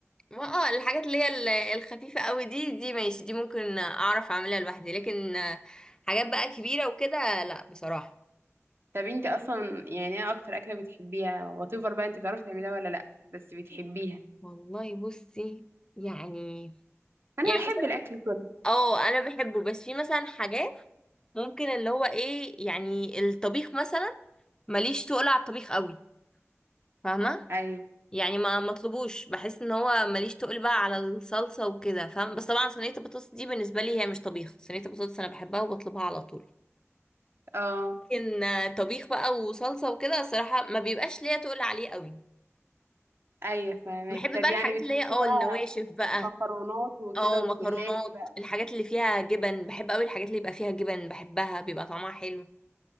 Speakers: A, on the left (about 15°); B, on the right (about 50°).
A: ما اه الحاجات اللي هي ال- الخفيفه قوي دي دي ماشي دي ممكن اعرف اعملها لوحدي لكن آه، حاجات بقى كبيره وكده لا بصراحه
B: طب انت اصلا يعني ايه اكتر اكله بتحبيها واتيفر بقى انت بتعرفي تعمليها ولا لا بس بتحبيها
A: والله بصي يعني
B: انا
A: يعني
B: بحب
A: مثلا
B: الاكل كله
A: اه انا بحبه بس في مثلا حاجات ممكن اللي هو ايه يعني الطبيخ مثلا ماليش تقل على الطبيخ قوي فاهمه
B: ايوه
A: يعني ما مطلبوش بحس ان هو ماليش تقل بقى على الصلصه وكده فاهم بس طبعا صينيه البطاطس دي بالنسبه لي هي مش طبيخ صينيه البطاطس انا بحبها وبطلبها على طول
B: اه
A: لكن آه، طبيخ بقى وصلصه وكده الصراحه ما بيبقاش ليا تقل عليه قوي
B: ايوه فاهمك
A: بحب
B: طب
A: بقى
B: يعني
A: الحاجات
B: بتحبي
A: اللي هي اه
B: بقى
A: النواشف بقى
B: مكرونات وكده
A: اه
B: والجلاش
A: مكرونات
B: بقى
A: الحاجات اللي فيها جبن بحب قوي الحاجات اللي يبقى فيها جبن بحبها بيبقى طعمها حلو